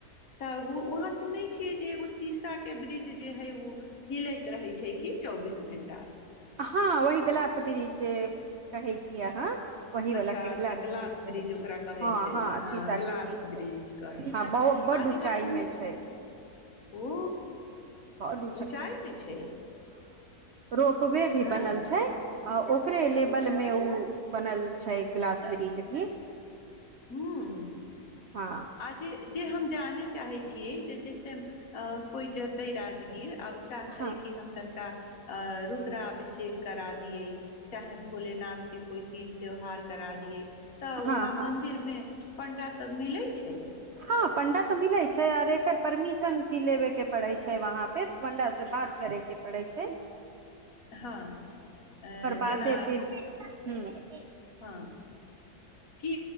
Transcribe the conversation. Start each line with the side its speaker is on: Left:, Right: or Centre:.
Left: तऽ ओ उहााँ सुनै छियै जे एगो शीशा के ब्रिज जे है ओ हिलैत रहै छै कि चौबीस घं्टा
Right: हँ वही गिलास वृ्ष जे कहै छीिय अहाँ वही वाला
Left: अच्छा
Right: के ग्लास
Left: अच्छा गिलास
Right: ब्रिज कहै
Left: ब्रीज
Right: छी
Left: ओकरा कहै
Right: हँ
Left: छै हँ
Right: शीशा के
Left: ग्िलास
Right: ब्रिज छै
Left: ब्रीज कहै छै
Right: हँ
Left: आ
Right: बहु बड ऊंचाई
Left: जेना पू
Right: मे छै
Left: ओ
Right: बड
Left: ऊँचाइमे छै
Right: रोकक पबे भी
Left: हँ
Right: बनल छै अ ओकरे लेबल मे ओ बनल छै ग्िलास ब्रिज भी
Left: ह
Right: हँ
Left: आ जे जे हम जानै चाहै छियै जे जैस कोइ जतै राजगीर आ चाहते
Right: हँ
Left: कि हम तनिका अ रुद्राभिषेक करा दियै चाहे भोलेनाथ के कोइ तीज त्यौहार करा दियए तऽ
Right: हँ
Left: वहाँ
Right: हँ
Left: मंदिर मे पण्डा सब मिलै छै
Right: हँ पण्डा तऽ मिलैत छै आर एकर परमिशन भी लेबे के पड़ै छै वहाँ पे पण्डा से बात करेके पड़ैत छै
Left: हँ अ
Right: सा
Left: जेना
Right: दे फिर हू
Left: हँ की